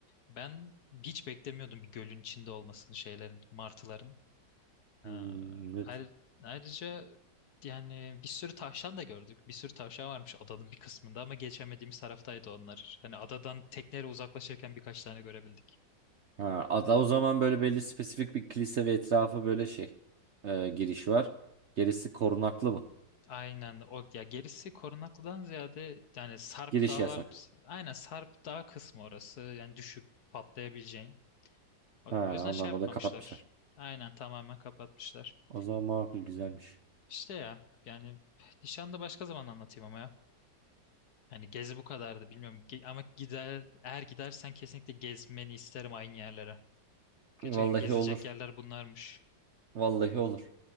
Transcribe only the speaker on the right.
Hmm,
evet.
Ha, ada o zaman böyle belli spesifik bir kilise ve etrafı böyle şey e, giriş var. Gerisi korunaklı mı?
Giriş
yasak.
Ha,
ondan
dolayı kapatmışlar.
O zaman makul güzelmiş.
Vallahi
olur.
Vallahi olur.